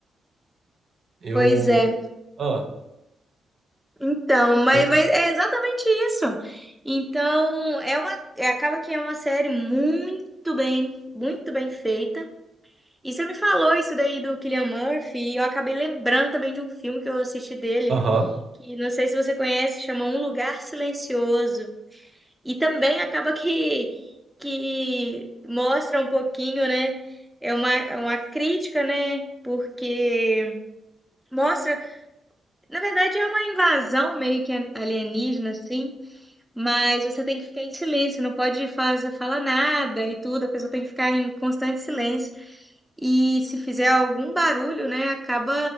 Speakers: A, on the right (about 55°); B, in the centre.
A: Eu,
B: Pois é.
A: ah,
B: Então, mas,
A: tanto
B: mas
A: que,
B: é exatamente isso. Então, é uma, é- acaba que é uma série muito bem, muito bem feita. E você me falou isso daí do Cillian Murphy, e eu acabei lembrando também de um filme que eu assisti dele,
A: aham.
B: que não sei se você conhece, chama Um Lugar Silencioso. E também acaba que, que mostra um pouquinho, né? É uma, é uma crítica, né? Porque mostra, na verdade, é uma invasão meio que alienígena, assim Mas você tem que ficar em silêncio, não pode fazer, falar nada e tudo, a pessoa tem que ficar em constante silêncio. E se fizer algum barulho, né, acaba